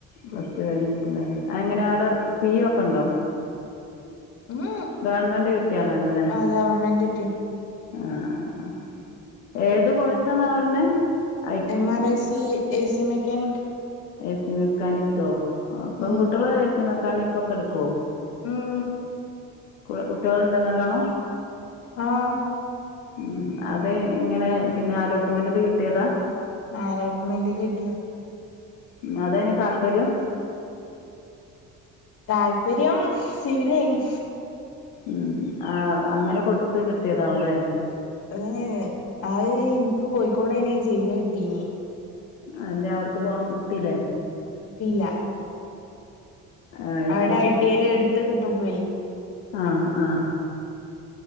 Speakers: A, on the left; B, on the left.
A: പസ് ടൂ കഴിഞ്ഞിട്ട്ല്ലേ അതെങ്ങനെ അവിടെ ഫീ ഒക്കെ ഇണ്ടോ
B: ഉം
A: ഗവൺമെന്റ് കിട്ടിയാണല്ലോ ല്ലേ
B: ആ ഗവൺമെന്റ് കിട്ടിയ
A: ആഹ് ഏത് കോഴ്സാന്നാ പറഞ്ഞെ ഐ ടി
B: മാറേസീ A C mechanic
A: A C മെക്കാനിക്കോ പെങ്കുട്ട്യള്
B: ഉം
A: എ സി മെക്കാനിക്കൊക്കെ ഇട്ക്കോ
B: ഉം
A: കു കുട്ട്യള്ണ്ടോ നല്ലോണം
B: ആഹ്
A: ഉം അത് ഇങ്ങനെ പിന്നെ അലോട്ട്മെന്റില് കിട്ടിയതാ
B: ആ അലോട്ട്മെന്റ് കിട്ടിയ
A: ഉം അതെനി താല്പര്യം
B: താല്പര്യം സിവിലേണി
A: ഉം ആഹ് അങ്ങനെ കൊടുത്ത് കിട്ടിയതാവുല്ലേ
B: ഹേ ഹേ അത് എനിക്ക് കോഴിക്കോടേനി സിവില് കിട്ടീന്
A: ആഹ് എന്തേ അവിട്ക്ക് പോവം വിട്ടീല്ലേ
B: ഇല്ലാ
A: അത്
B: അവിടെ
A: ശരി
B: ഐടി ഏല് എടുത്ത് കിട്ടും ബേ
A: ആഹ് ആഹ്